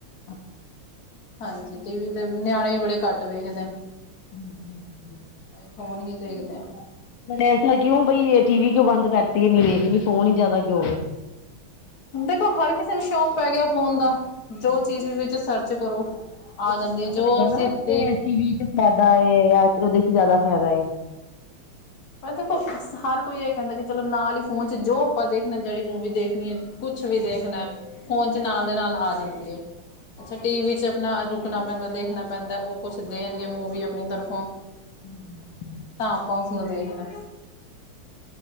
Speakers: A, on the left; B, on the left.
A: ਅੱਛਾ
B: ਹਾਂਜੀ ਟੀ ਵੀ ਦੇ ਨਿਆਣੇ ਵੀ ਬੜੇ ਘੱਟ ਵੇਖਦੇ ਨੇ
A: ਹੂੰ ਜੀ ਹਾਂ
B: ਅਸੀਂ ਫੋਨ ਹੀ ਦੇਖਦੇ ਆ
A: ਐਸਾ ਕਿਉਂ ਬਈ ਟੀ ਵੀ ਕਿਉਂ ਬੰਦ ਕਰਤੀ ਨੀ ਵੇਖ ਨੀ ਫੋਨ ਹੀ ਜ਼ਿਆਦਾ ਕਿਉਂ ਹੋ ਗਿਆ
B: ਦੇਖੋ ਹਰ ਕਿਸੇ ਨੂੰ ਸ਼ੌਂਕ ਪੈ ਗਿਆ ਫੋਨ ਦਾ ਜੋ
A: ਹਾਂਜੀ
B: ਚੀਜ਼
A: ਹਾਂਜੀ
B: ਵੀ ਵਿੱਚ ਸਰਚ ਕਰੋ ਆ
A: ਫਾਇਦਾ
B: ਜਾਂਦੀ
A: ਹੋਏਗਾ
B: ਜੋ ਅਸੀਂ
A: ਨਾ ਜਿਵੇਂ
B: ਦੇਖ
A: ਟੀਵੀ ਚ ਫਾਇਦਾ ਜਾਂ ਉਹਦੇ ਚ ਜ਼ਿਆਦਾ ਫਾਇਦਾ
B: ਪਰ ਦੇਖੋ ਹਰ ਕੋਈ ਇਹ ਕਹਿੰਦਾ ਕਿ ਚਲੋ ਨਾਲ ਹੀ ਫੋਨ ਚ ਜੋ ਆਪਾਂ ਦੇਖਣਾ ਜਿਹੜੀ ਮੂਵੀ ਦੇਖਣੀ ਹੈ ਕੁਛ ਵੀ
A: ਹਾਂਜੀ
B: ਦੇਖਣਾ
A: ਹਾਂਜੀ
B: ਫੋਨ ਚ ਨਾਲ ਦੇ ਨਾਲ ਆ ਜਾਂਦੀ ਹੈ ਅੱਛਾ ਟੀ ਵੀ ਚ ਆਪਣਾ ਰੁਕਣਾ ਪੈਂਦਾ ਦੇਖਣਾ ਪੈਂਦਾ ਉਹ ਕੁਛ ਦੇਣਗੇ ਮੂਵੀ ਆਪਣੀ ਤਰਫੋਂ
A: ਹੂੰ
B: ਤਾਂ ਆਪਾਂ ਉਸਨੂੰ ਦੇਖਣਾ